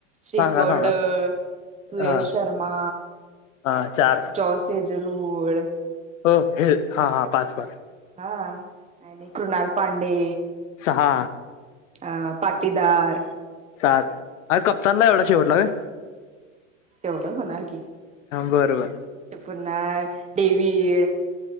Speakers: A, on the right (about 15°); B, on the left (about 75°).
A: शेफर्ड,
B: सांगा सांगा
A: सुयश
B: हा
A: शर्मा
B: हा चार
A: अ सेजल उळ
B: हो हे हां हां पाच-पाच
A: हा आणि कृणाल पांडे
B: सहा
A: आं पाटीदार
B: सात अ कप्तानला एवढा शेवटला व्हय
A: तेवढं होणार की
B: बरं बरं
A: ते पुन्हा डेविड